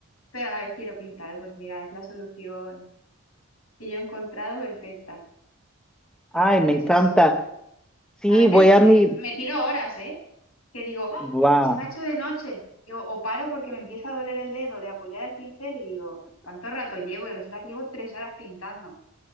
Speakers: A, on the left; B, in the centre.
A: pero a la vez quiero pintar. Pues mira, es la solución que yo he encontrado perfecta. Y
B: Ay,
A: la verdad
B: me
A: que
B: encanta.
A: es eso.
B: Sí,
A: A veces
B: voy a
A: eh,
B: mi...
A: me tiro horas, ¿eh? Que digo, "¡Ah!
B: Wow.
A: se me ha hecho de noche. Y o, o paro porque me empieza a doler el dedo de apoyar el pincel y digo, ¿cuánto rato llevo? Y resulta que llevo tres horas pintando. O